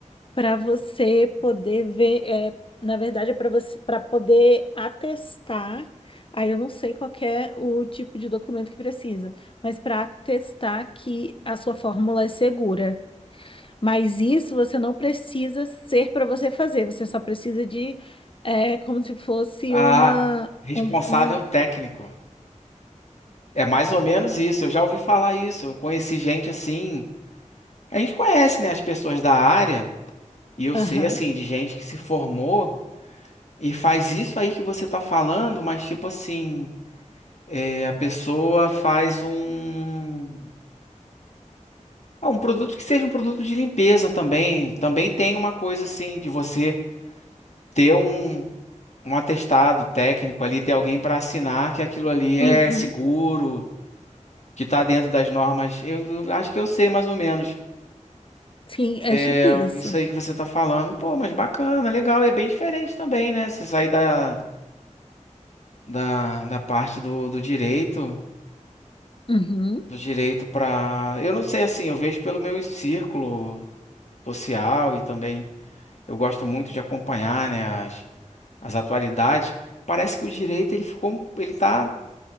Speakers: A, on the left; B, on the left.
A: para você poder ver, é, na verdade, é para você, para poder atestar. Aí eu não sei qual que é o tipo de documento que precisa, mas para atestar que a sua fórmula é segura. Mas isso você não precisa ser para você fazer, você só precisa de, é, como se fosse
B: a
A: uma,
B: responsável
A: um, um,
B: técnico. É mais ou menos isso. Eu já ouvi falar isso. Eu conheci gente assim. A gente conhece, né, as pessoas da área, e eu sei,
A: aham,
B: assim, de gente que se formou e faz isso aí que você tá falando, mas tipo assim, é, a pessoa faz um. ah, um produto que seja um produto de limpeza também. Também tem uma coisa assim, de você ter um, um atestado técnico ali, ter alguém para assinar que aquilo ali é
A: uhum.
B: seguro, que tá dentro das normas. Eu, eu acho que eu sei mais ou menos.
A: Sim, é
B: É,
A: tipo isso.
B: isso aí que você tá falando, pô, mas bacana, legal, e é bem diferente também, né? Você sair da da, da parte do, do direito,
A: Uhum.
B: do direito para, eu não sei assim, eu vejo pelo meu círculo social e também eu gosto muito de acompanhar, né, as, as atualidades. Parece que o direito ele ficou, um- ele tá,